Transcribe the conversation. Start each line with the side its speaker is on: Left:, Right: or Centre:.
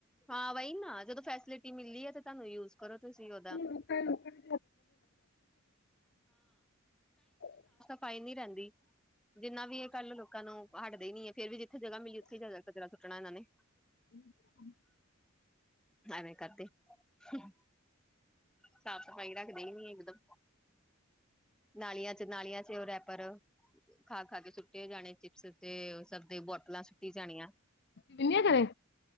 Centre: ਹਾਂ ਵਹੀ ਨਾ, ਜਦੋਂ ਫੈਸਿਲਿਟੀ ਮਿਲਦੀ ਹੈ ਤੇ ਤੁਹਾਨੂੰ ਯੂਜ ਕਰੋ। ਤੁਸੀਂ ਉਹਦਾ
Left: ਲੋਕਾਂ-ਲੋਕਾਂ ਕਿ <unintelligible>
Centre: ਪਾਈ ਨੀ ਰਹਿੰਦੀ। ਜਿ ਇਨਾ ਵੀ ਇਹ ਕੱਲ ਲੋਕਾਂ ਨੂੰ, ਹਟਦੇ ਹੀ ਨੀ ਹੈ। ਫੇਰ ਵੀ ਜਿੱਥੇ ਜਗ੍ਹਾ ਮਿਲੀ ਉੱਥੇ ਹੀ ਜ ਕਰਾ ਸੁੱਟਣਾ ਇਹਨਾਂ ਨੇ।
Left: <unintelligible>
Centre: ਏਂਵੇ ਕਰਤੇ ਹੁਂ ਸਫ਼ਾਈ ਰੱਖਦੇ ਹੀ ਨੀ ਇਕਦਮ। ਨਾਲੀਆਂ ਚ, ਨਾਲੀਆਂ ਚ ਉਹ ਰੈਪਰ ਖਾ-ਖਾ ਕੇ ਸੁੱਟੇ ਜਾਣੇ ਚਿਪਸ ਤੇ ਸਬ ਤੇ ਬੋਤਲਾਂ ਸੁੱਟੀ ਜਾਣੀਆਂ।
Left: ਕਿੰਨੇ ਕਰੇ